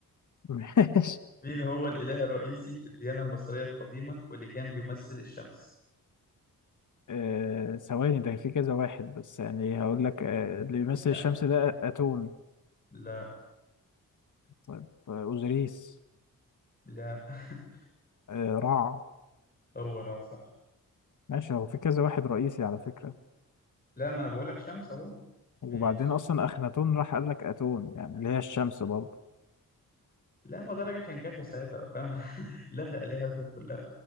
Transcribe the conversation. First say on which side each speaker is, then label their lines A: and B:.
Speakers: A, on the left (about 55°); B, on the left (about 25°).
A: <laughs> ماشي
B: مين هو الإله الرئيسي في الديانة المصرية القديمة واللي كان بيمثل الشمس؟
A: آه، ثواني ده في كذا واحد بس يعني هقول لك آه، اللي بيمثل
B: لا
A: الشمس
B: كان
A: ده
B: كان
A: أتون
B: لا
A: طيب آه، أوزوريس
B: لا <laughs>
A: آه، رع
B: هو را صح
A: ماشي هو في كذا واحد رئيسي على فكرة
B: لا ما أنا بقول لك شمس أهو
A: وبعدين
B: ماشي
A: أصلا أخناتون راح قال لك أتون يعني اللي هي الشمس برضه
B: لا ما ده راجل كان كافر ساعتها بقى فاهم <laughs> لغى آلهته كلها